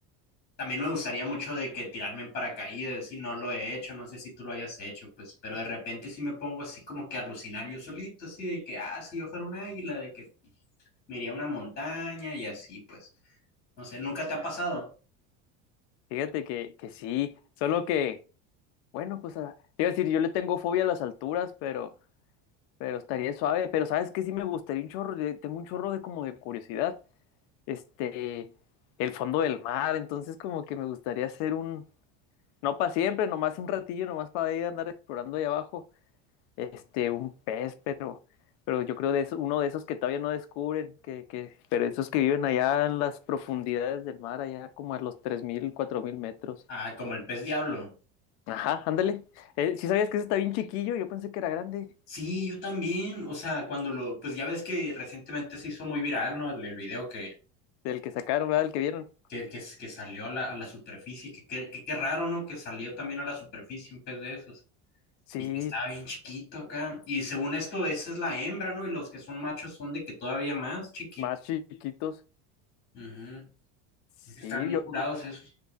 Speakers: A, on the left (about 30°); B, on the left (about 55°).
A: También me gustaría mucho de que tirarme en paracaídas, si no lo he hecho, no sé si tú lo hayas hecho, pues, pero de repente sí me pongo así como que a alucinar yo solito, así de que, ah, si yo fuera un águila, de que me iría a una montaña y así, pues. No sé, ¿nunca te ha pasado?
B: fíjate que, que sí, solo que, bueno, pues a- te iba a decir, yo le tengo fobia a las alturas, pero, pero estaría suave, pero sabes que sí me gustaría un chorro, de- tengo un chorro de como de curiosidad, este, el fondo del mar, entonces como que me gustaría hacer un, no para siempre, nomás un ratillo, nomás para ir a andar explorando ahí abajo, este, un pez, pero, pero yo creo de eso, uno de esos que todavía no descubren, que, que, pero esos que viven allá en las profundidades del mar, allá como a los tres mil cuatro mil metros.
A: Ah, como el pez diablo.
B: Ajá, ándale. Eh, si sabías que ese está bien chiquillo, yo pensé que era grande,
A: Sí, yo también, o sea, cuando lo, pues ya ves que recientemente se hizo muy viral, ¿no? El, el video que,
B: del que sacaron, ¿verdad? Del que vieron.
A: que, que, que salió a la, a la superficie, que, que, que qué raro, ¿no? Que salió también a la superficie un pez de esos
B: Sí,
A: y que estaba bien chiquito acá. Y según esto, esa es la hembra, ¿no? Y los que son machos son de que todavía más chiquitos.
B: más chiquitos.
A: Ujú.
B: Sí,
A: Están bien
B: yo,
A: curados esos.